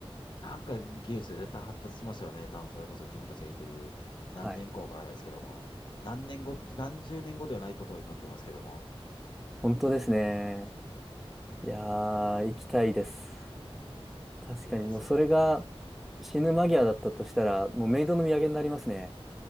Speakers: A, on the left (about 50°); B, in the centre.
A: なんか技術で絶対発達しますよね。多分それこそ自分たちがいける何年後からですけども、
B: はい。
A: 何年後、何十年後ではないことを祈ってますけども、
B: 本当ですね。
A: うん、
B: いやー、
A: なんか、
B: 行きたいです。確かにもうそれが
A: ですよね。
B: 死ぬ間際だったとしたら、もうメイドの土産になりますね。